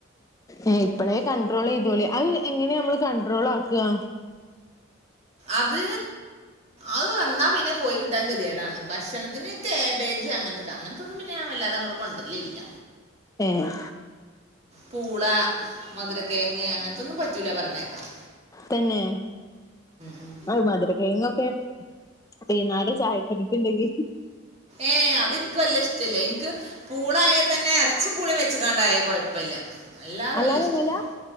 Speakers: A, on the left; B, on the right.
A: ഏഹ് ഇപ്പളേ കൺട്രോള്‌ ചെയ്തോളി. അത് എങ്ങനെ നമ്മള് കൺട്രോൾ ആക്ക
B: അത് അത് വന്നാ പിന്നെ പോയി കിട്ടാൻ കെതിയേടാണ്. ഭക്ഷണത്തിന് കേബേജ് അങ്ങൻത്തെ കങ്ങനത്തൊന്നും പിന്നെ ഞാം വല്ലാതങ്ങട്ട് കൊണ്ടരലില്ല
A: ഏഹ്
B: പൂള മധുരക്കേങ്ങ് അങ്ങനത്തൊന്നും പറ്റൂല പറീണേക്ക
A: തന്നെ
B: ഉം
A: ഔ മധുരക്കേങ്ങൊക്കെ ടി ന്നാലും ചായക്കടിക്ക്‌ണ്ടെങ്കി
B: ഏഹ് അതിൻക്ക് വല്ല്യ ഇഷ്ടല്ല ഇൻക്ക് പൂള ആയാ തന്നെ എറച്ചിം പൂളിം വെച്ച്കാണ്ടായ കൊഴപ്പല്ല അല്ലാതെ
A: അല്ലാതൊന്നുല്ല
B: വല്യ ഇഷ്ടല്ല